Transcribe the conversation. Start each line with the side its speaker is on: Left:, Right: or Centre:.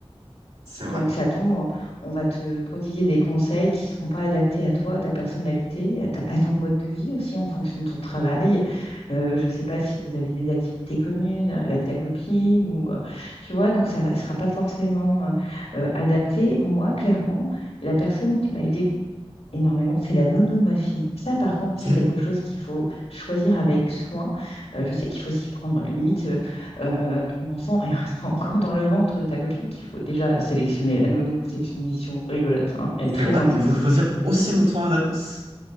Right: C'est
Left: Donc
Right: vrai.
Left: ça tombe, on on va te prodiguer des conseils qui ne seront pas adaptés à toi, à ta personnalité, à, ta- à ton mode de vie aussi en fonction de ton travail. Euh, je ne sais pas si vous avez des activités communes avec ta copine ou euh, tu vois, donc ça ne sera pas forcément euh, euh, adapté. Moi, clairement, la personne qui m'a aidée énormément, c'est la nounou de ma fille. Ça, par contre, c'est
Right: Ok.
Left: quelque chose qu'il faut choisir avec soin. Euh, je sais qu'il faut s'y prendre. Limite, euh, euh, ton enfant est <laughs> encore dans le ventre de ta copine qu'il faut déjà sélectionner la nounou. C'est une mission rigolote, hein, et très
Right: C'est vrai,
Left: intense.
Right: il faut le choisir aussi longtemps à l'avance?